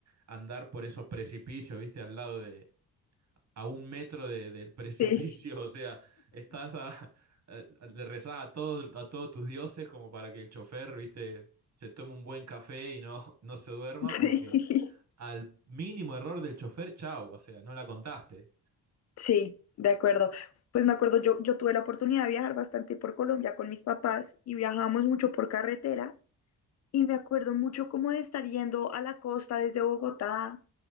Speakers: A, on the right; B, on the left.
A: andar por esos precipicios, ¿viste? Al lado de, a un metro de, del <laughs> precipicio,
B: Sí,
A: o sea, estás a, a- le rezás a, todos a todos tus dioses como para que el chofer, ¿viste? se tome un buen café y no, <laughs> no se duerma
B: <laughs>
A: porque
B: sí,
A: al mínimo error del chofer, chau, o sea, no la contaste.
B: sí, de acuerdo. Pues me acuerdo, yo, yo tuve la oportunidad de viajar bastante por Colombia con mis papás y viajamos mucho por carretera y me acuerdo mucho como de estar yendo a la costa desde Bogotá